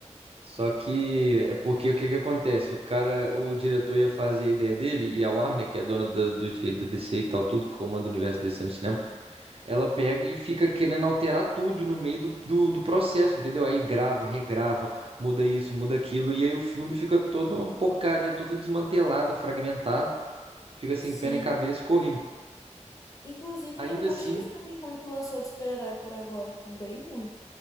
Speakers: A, on the right; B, on the left.
A: Só que é porque o que que acontece? O cara, o diretor ia fazer a ideia dele e a Warner, que é a dona da- dos direitos da DC e tal, tudo que comanda o universo DC no cinema, ela pega e fica querendo alterar tudo no meio do, do, do processo, entendeu? Aí grava, regrava, muda isso, muda aquilo, e aí o filme fica toda uma porcaria, toda desmantelada, fragmentada, fica sem
B: sim.
A: pé nem cabeça, ficou horrível.
B: Inclusive,
A: Ainda
B: tem um monte
A: assim,
B: de filme ruim que lançou de super-herói por agora. Bem ruim.